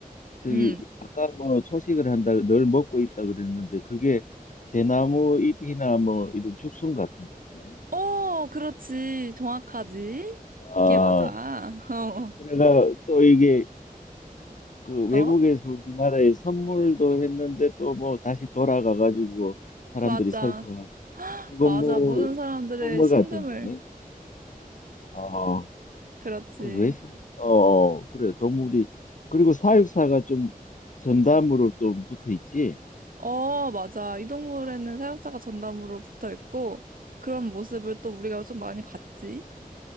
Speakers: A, on the left; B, on the right.
A: 저기
B: 음.
A: 아까 뭐 초식을 한다 늘 먹고 있다 그랬는데 그게 대나무 잎이나 뭐 이런 죽순 같은 거 아니야?
B: 어, 그렇지. 정확하지.
A: 아,
B: 그게 맞아. <laughs> 어,
A: 그래가 또 이게 그 외국에서
B: 어. 어?
A: 우리나라에 선물도 했는데 또 뭐 다시 돌아가 가지고 사람들이
B: 맞아.
A: 슬퍼한 그거
B: 맞아.
A: 뭐
B: 모든 사람들의
A: 동물
B: 심금을.
A: 같은데 어,
B: 그렇지.
A: 그왜 어 그래 동물이 그리고 사육사가 좀 전담으로 좀 붙어 있지
B: 어, 맞아. 이 동물에는 사육사가 전담으로 붙어 있고, 그런 모습을 또 우리가 좀 많이 봤지.